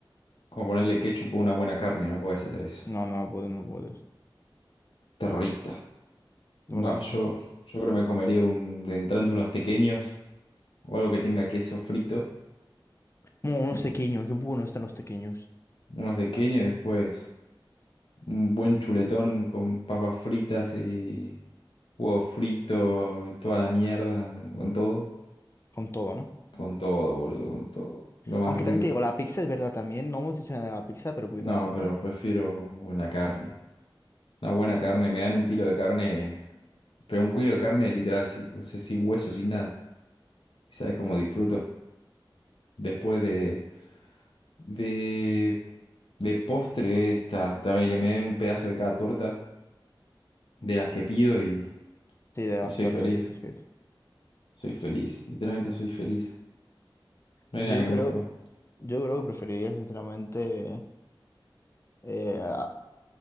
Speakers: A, on the left; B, on the left.
A: Como ponerle ketchup a una buena carne, no puedes hacer eso.
B: No, no puedes, no puedes.
A: Terrorista.
B: De
A: Va,
B: verdad eso
A: yo, yo creo que me comería un, entrando unos pequeños o algo que tenga queso frito,
B: Mm, unos
A: mm,
B: tequeños. Qué buenos están los tequeños.
A: unos tequeños, después un buen chuletón con papas fritas y huevo frito, toda la mierda, con todo,
B: Con todo, ¿no?
A: con todo, boludo, con todo, lo más
B: Aunque
A: rico.
B: también te digo, la pizza es verdad también. No hemos dicho nada de la pizza, pero cuidado,
A: No, pero
B: ¿eh?
A: prefiero una carne, una buena carne, me dan un kilo de carne, pero un kilo de carne literal, sí, o sea, sin hueso, sin nada, ¿sabes cómo disfruto? Después de, de, de postre, está, también que me den un pedazo de cada torta. de las que pido y,
B: Sí, de las
A: y soy
B: tartas
A: feliz.
B: estas que... dices.
A: Soy feliz, literalmente soy feliz. No
B: Yo
A: hay nada que me
B: creo...
A: guste más.
B: Yo creo que preferiría, sinceramente. Eh, a-